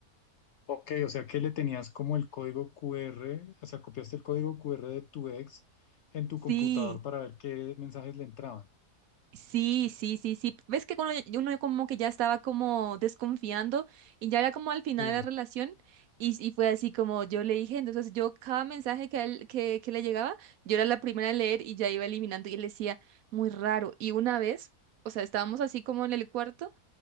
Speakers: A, on the left (about 65°); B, on the right (about 70°).
A: Ok, o sea que le tenías como el código QR, o sea, copiaste el código QR de tu ex en tu computador
B: Sí,
A: para ver qué mensajes le entraban.
B: sí, sí, sí, sí. Ves que uno, ya- uno como que ya estaba como desconfiando y ya era como al final
A: Sí,
B: de la relación y, y fue así como yo le dije, entonces yo cada mensaje que, a él, que, que le llegaba, yo era la primera en leer y ya iba eliminando y él decía, muy raro. Y una vez, o sea, estábamos así como en el cuarto.